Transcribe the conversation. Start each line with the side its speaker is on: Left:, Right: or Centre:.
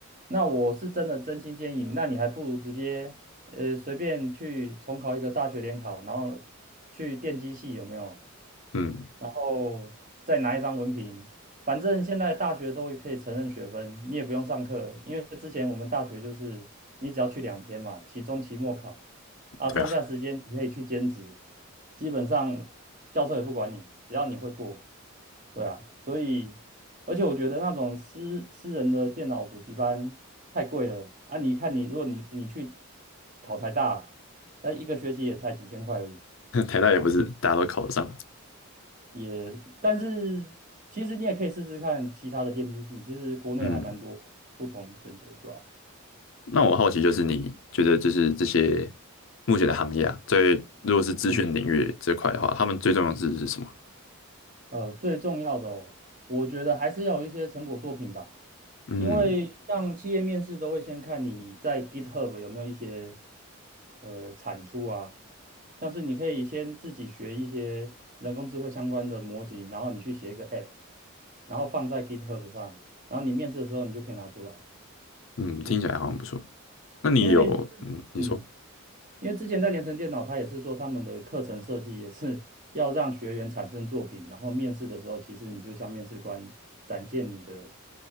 Right: 那我是真的真心建议，那你还不如直接呃随便去重考一个大学联考，然后去电机系有没有？
Left: 嗯，
Right: 然后再拿一张文凭，反正现在大学都可以承认学分，你也不用上课，因为之前我们大学就是你只要去两天嘛，期中、期末考，啊，
Left: 对啊，
Right: 剩下时间你可以去兼职，基本上教授也不管你，只要你会过。对啊，所以而且我觉得那种私私人的电脑补习班太贵了啊！你看你，如果你你去考台大，那一个学期也才几千块而已。
Left: <laughs> 台大也不是大家都考得上。
Right: 对啊，也但是其实你也可以试试看其他的电竞系，其实国内还蛮多不同选择，
Left: 嗯。
Right: 对吧？
Left: 那我好奇就是你觉得就是这些目前的行业啊，在如果是资讯领域这块的话，
Right: 嗯。
Left: 他们最重要的是是什么？
Right: 呃，最重要的哦，我觉得还是要有一些成果作品吧，
Left: 嗯
Right: 因为像企业面试都会先看你在 GitHub 有没有一些呃产出啊，像是你可以先自己学一些人工智慧相关的模型，然后你去写一个 App，然后放在 GitHub 上，然后你面试的时候你就可以拿出来，
Left: 嗯，听起来好像不错。
Right: 嗯，
Left: 那你有嗯，
Right: 因为
Left: 你说
Right: 嗯。因为之前在联成电脑，他也是说他们的课程设计也是 <laughs> 要让学员产生作品，然后面试的时候，其实你就向面试官展现你的